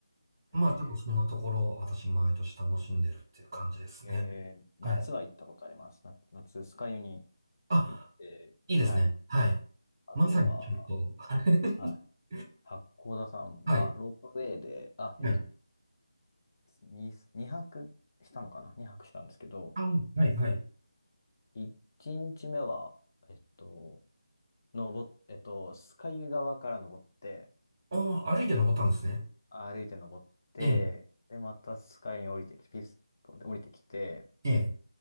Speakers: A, on the left; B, on the right.
A: へえ
B: まあ、ちょっとそんなところを私、毎年楽しんでるっていう感じですね。
A: えー、夏は行ったことあります。
B: はい。
A: な夏、酸ヶ湯に
B: あ、
A: 行って、
B: いいですね。
A: はい。
B: はい。
A: あとは、
B: まさにちょっと、<laughs>
A: はい。八甲田山はロープウェイで、
B: はい。
A: あ、えっとね、
B: はい。
A: 2、二泊したのかな ?2 泊したんですけど、
B: あ、はい、はい。
A: 1日目は、えっと、登っ、えっと、酸ヶ湯側から登って、
B: ああ、歩いて登ったんですね。
A: 歩いて登って、
B: ええ、
A: で、また酸ヶ湯に降りてきて、ピストンで降りてきて、
B: ええ、